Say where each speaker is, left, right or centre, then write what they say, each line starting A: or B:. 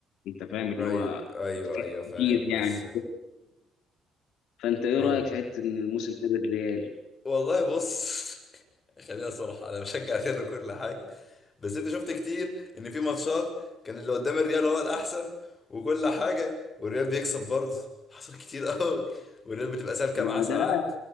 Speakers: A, on the left; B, on the left.
A: أنت فاهم اللي
B: أيوه
A: هو
B: أيوه
A: فيه
B: أيوه فاهم
A: كتير يعني
B: بس
A: فأنت إيه
B: فاهم
A: رأيك في حتة إن الموسم ده الريال
B: والله بص <laughs> خلينا صراحة أنا بشجع ريال كل حاجة بس انت شفت كتير ان في ماتشات كان اللي قدام الريال هو الاحسن وكل حاجه والريال بيكسب برضه حصل كتير قوي والريال بتبقى سالكه
A: ما
B: معاه ساعات
A: ده